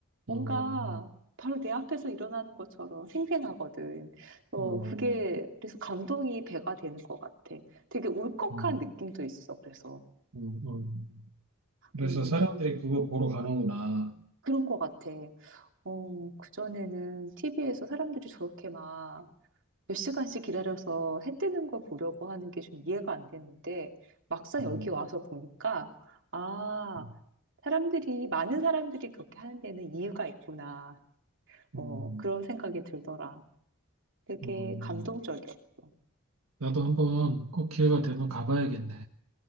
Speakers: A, on the right; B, on the right.
A: 뭔가
B: 어어
A: 바로 내 앞에서 일어나는 것처럼 생생하거든. 그래서
B: 음,
A: 그게 그래서 감동이 배가 되는 것 같아. 되게 울컥한
B: 음,
A: 느낌도 있어. 그래서
B: 음. 음. 그래서
A: 음,
B: 사람들이 그거 보러 가는구나.
A: 그런 것 같아. 어, 그전에는 TV에서 사람들이 저렇게 막 몇 시간씩 기다려서 해 뜨는 걸 보려고 하는 게 좀 이해가 안 됐는데 막상
B: 음,
A: 여기 와서 보니까 아,
B: 음,
A: 사람들이, 많은 사람들이 그렇게 하는 데는 이유가 있구나. 뭐
B: 음.
A: 그런 생각이 들더라. 되게
B: 음.
A: 감동적이었어.
B: 나도 한번 꼭 기회가 되면 가봐야겠네.